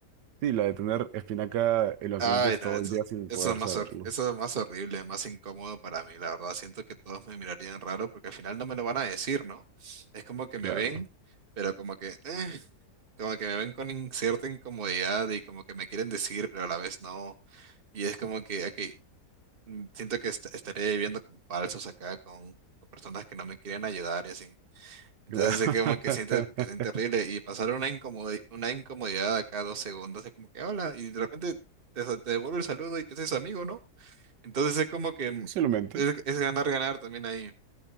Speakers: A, on the right; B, on the right.
A: Sí, la de tener espinaca en los
B: Ay,
A: dientes todo
B: no, eso,
A: el día sin
B: eso
A: poder
B: es más,
A: saberlo.
B: hor- eso es más horrible, más incómodo para mí, la verdad. Siento que todos me mirarían raro porque al final no me lo van a decir, ¿no? Es como que
A: Claro,
B: me ven, pero como que. eh, como que me ven con in- cierta incomodidad y como que me quieren decir, pero a la vez no. Y es como que, ok, mm, siento que est- estaré viviendo con falsos acá, con, con personas que no me quieren ayudar y así. Entonces
A: claro.
B: es
A: <laughs>
B: como que siente, que siente horrible y pasar una incomodi- una incomodidad acá dos segundos es como que hola y de repente te, sa- te devuelve el saludo y te haces amigo, ¿no? Entonces es como que mm,
A: Posiblemente.
B: es, es ganar, ganar también ahí.